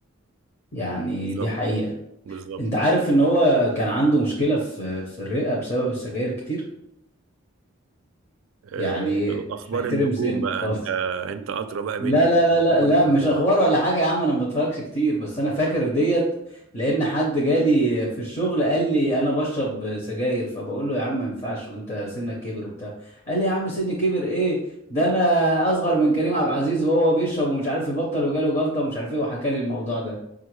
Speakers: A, on the left; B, on the right.
A: يعني
B: بالظبط
A: دي حقيقه
B: بالظبط
A: انت عارف ان هو كان عنده مشكله في في الرئه بسبب السجاير كتير
B: آه،
A: يعني
B: اخبار
A: مش محترم
B: النجوم
A: سنه
B: بقى
A: خالص
B: انت انت ادرى بقى مني
A: لا لا لا
B: اخبار
A: لا لا
B: النجوم
A: مش اخبار ولا حاجه يا عم انا ما بتفرجش كتير بس انا فاكر ديت لان حد جالي في الشغل قال لي انا بشرب سجاير فبقول له يا عم ما ينفعش وانت سنك كبر وبتاع قال لي يا عم سني كبر ايه ده انا اصغر من كريم عبد العزيز وهو بيشرب ومش عارف يبطل وجاله جلطه ومش عارف ايه وحكى لي الموضوع ده